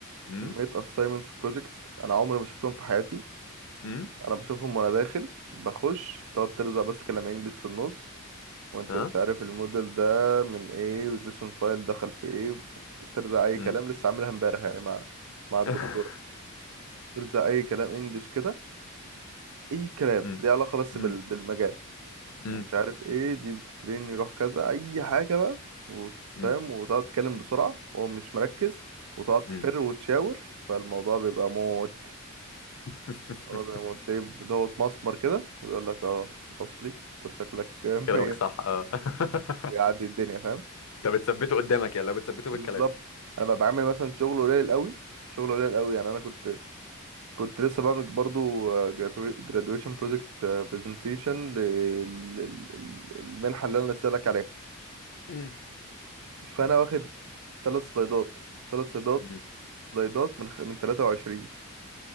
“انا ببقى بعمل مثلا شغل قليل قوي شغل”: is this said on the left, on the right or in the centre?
Right